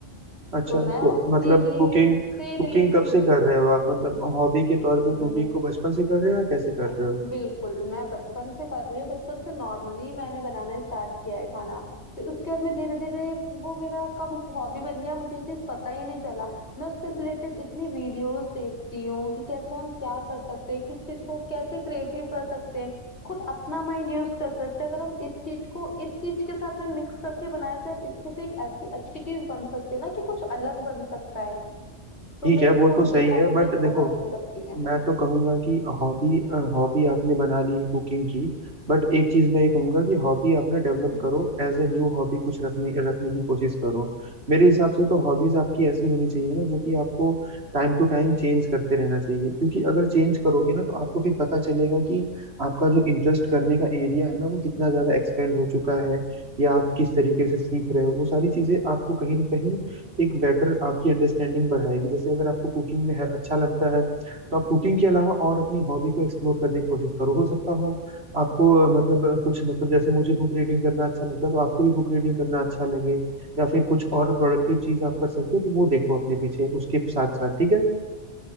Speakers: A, on the right; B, on the left.
A: अच्छा
B: तो मैं
A: तो
B: उसके
A: मतलब
B: लिए
A: कुकिंग
B: उससे
A: कुकिंग
B: रिलेटेड
A: कब से कर रहे हो आप मतलब हॉबी के तौर पे
B: हम्म,
A: कुकिंग को बचपन से कर रहे हो या कैसे कर
B: एक-
A: रहे हो
B: बिल्कुल मैं बचपन से कर रही हूँ बचपन से नॉर्मली मैंने बनाना स्टार्ट किया है खाना फिर उसके बाद मैं धीरे धीरे वो मेरा कब हॉबी बन गया मुझे ये चीज पता ही नहीं चला मैं उससे रिलेटेड इतनी वीडियोस देखती हूँ कि कैसे हम क्या कर सकते हैं किस चीज को कैसे क्रिएटिव कर सकते हैं खुद अपना माइंड यूज कर सकते हैं अगर हम इस चीज को इस चीज के साथ में मिक्स करके बनाए तो यार इससे तो एक ऐसी अच्छी चीज बन सकती है ना कि कुछ अलग बन सकता है तो
A: ठीक
B: मेरे
A: है वो
B: को
A: तो सही
B: ये हॉबी
A: है
B: मेरी
A: बट देखो
B: बहुत अच्छी लगती है
A: मैं तो कहूंगा कि हॉबी हॉबी आपने बना ली है कुकिंग की बट एक चीज मैं ये कहूंगा कि हॉबी आपने डेवलप
B: हम्म
A: करो एज ए न्यू हॉबी कुछ रखने रखने की कोशिश करो मेरे हिसाब से तो हॉबीज आपकी ऐसी होनी चाहिए ना जो कि आपको टाइम टू टाइम चेंज करते रहना चाहिए क्योंकि अगर चेंज करोगे ना तो आपको फिर पता चलेगा कि आपका जो इंटरेस्ट करने का एरिया है ना वो कितना ज्यादा एक्सपेंड हो चुका है या आप किस तरीके से सीख रहे हो वो सारी चीजें आपको कहीं ना कहीं एक बेटर आपकी अंडरस्टैंडिंग बढ़ाएगी जैसे अगर आपको कुकिंग में है- अच्छा लगता है तो आप कुकिंग के अलावा और अपनी हॉबी को एक्सप्लोर करने की कोशिश करो हो सकता हो आपको अ, मतलब अ, कुछ मतलब जैसे मुझे बुक रीडिंग करना अच्छा लगता है तो आपको भी बुक रीडिंग करना अच्छा लगे या फिर कुछ और प्रोडक्टिव चीज आप कर सकते हो तो वो देखो अपने पीछे उसके साथ साथ ठीक है